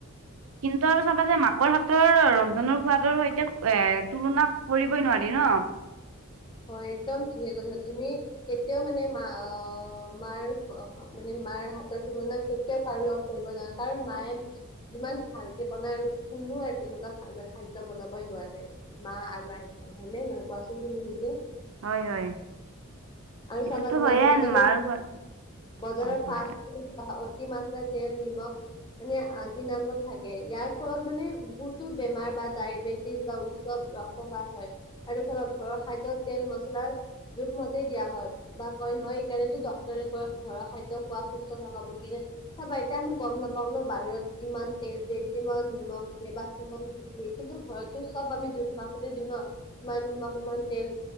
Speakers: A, on the right; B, on the left.
A: কিন্তু আৰু চাবা যে মাকৰ হাত ৰ ৰন্ধনৰ খোৱাদৰ সৈতে এ তুলনা কৰিবই নোৱাৰি ন।
B: হয় একদম ঠিকে কৈছা তুমি কেতিয়াও মানে মা অ' মাৰ মানে মাৰ হাতৰ তুলনা কেতিয়াও কাৰো লগ ন কাৰণ মায়ে যিমান ভালকে বনায় আৰু কোনো আৰু তেনেকুৱানে খাদ্য বনাব নোৱাৰে মা আৰু আইঠাই হয় নাই নহয় কোৱাচোন তুমি নিজে।
A: হয় হয়।
B: আৰু
A: এইটোতো
B: চাবা তোমাৰ
A: হয়ে
B: বজাৰৰ
A: মাৰ সোৱাদ
B: বজাৰৰ
A: অ কোৱা
B: ফাষ্ট ফুড বা অতিমাত্ৰা তেল নিমখ মানে আজি নামত থাকে ইয়াৰ ফলত মানে বহুতো বেমাৰ বা ডায়েবেটিজ বা উচ্চৱ ৰক্তবাছ হয়। আৰু তছা ঘৰৰ খাদ্যত তেল মচলা জোখমতেই দিয়া হয় বা কয় নহয় সেইকাৰণো ডক্তৰে ঘৰৰ খাদ্য খোৱা সুস্থ থকা বুলি কিনে চা এতিয়া আমি গম নাপাও ন। বাহিৰত কিমান তেল দিয়ে, কিমান নিমখ দিয়ে বা কিমান কি দিয়ে কিন্তু ঘৰতো চব আমি মাক ত দিও ন ইমান নিমখ ইমান তেল।